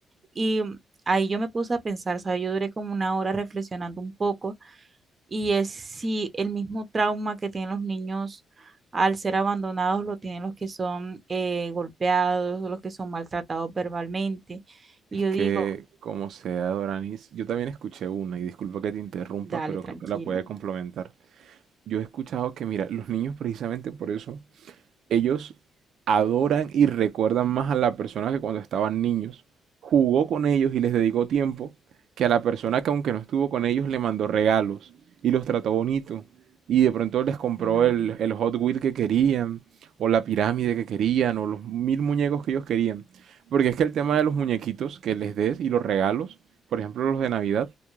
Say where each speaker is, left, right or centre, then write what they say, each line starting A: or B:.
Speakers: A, on the right (about 35°); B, on the right (about 70°).
A: Y ahí yo me puse a pensar, ¿sabes? Yo duré como una hora reflexionando un poco y es si el mismo trauma que tienen los niños al ser abandonados lo tienen los que son eh, golpeados, los que son maltratados verbalmente. Y
B: Es
A: yo
B: que,
A: digo,
B: como sea, Doranis, yo también escuché una, y disculpa que te interrumpa,
A: dale,
B: pero
A: tranquilo,
B: creo que la puede complementar. Yo he escuchado que, mira, los niños precisamente por eso Ellos adoran y recuerdan más a la persona que cuando estaban niños jugó con ellos y les dedicó tiempo que a la persona que aunque no estuvo con ellos le mandó regalos y los trató bonito y de pronto les compró
A: la-
B: el, el Hot Wheel que querían o la pirámide que querían o los mil muñecos que ellos querían. Porque es que el tema de los muñequitos que les des y los regalos, por ejemplo los de Navidad,